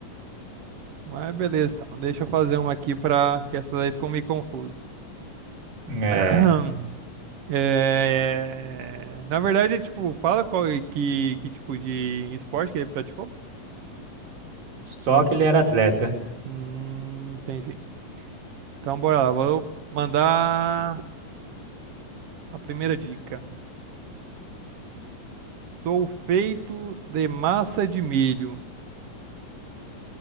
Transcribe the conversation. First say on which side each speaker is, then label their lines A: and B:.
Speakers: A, on the right; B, on the right.
A: Mas beleza, então. Deixa eu fazer uma aqui pra que essa daí ficou meio confusa.
B: É...
A: <clears throat> É, Na verdade, tipo, fala qual que, que tipo de esporte que ele praticou?
B: Só que ele era atleta.
A: Hum, entendi. Então bora lá, vou mandar a primeira dica. Sou feito de massa de milho.